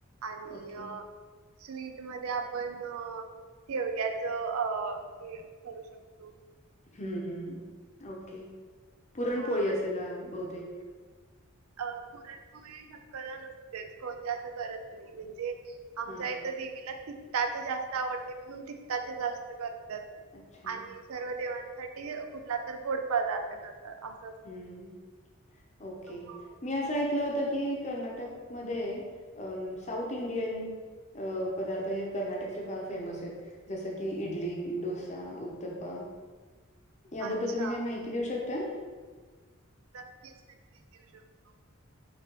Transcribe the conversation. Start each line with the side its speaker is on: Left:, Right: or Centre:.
Right: आणि
Left: ओके.
Right: अ स्वीट मध्ये आपण शेवग्याच अ करू शकतो
Left: हम्म- हम्म- हम्म ओके पुरणपोळी
Right: हा
Left: असेल
Right: आणि
Left: अ बहुतेक.
Right: अ पुरणपोळी शक्यता नसतेच कोण जास करत नाही म्हणजे आमच्या
Left: हां.
Right: इथ देवीला टिकताचं जास्त आवडते म्हणून तिकताच जास्त करतात
Left: अच्छा.
Right: आणि सर्व देवांसाठी कुठला तर गोड पदार्थ करतात अस.
Left: हम्म ओके.
Right: मग
Left: मी असं ऐकलं होत की कर्नाटकमध्ये साऊथ इंडियन अ पदार्थ हे कर्नाटकचे फार फेमस आहेत. जसं की इडली, डोसा, उत्तप्प. याबद्दल
Right: अच्छा
Left: तुम्ही काही माहिती देऊ शकता?
Right: नक्कीच -नक्कीच देऊ शकतो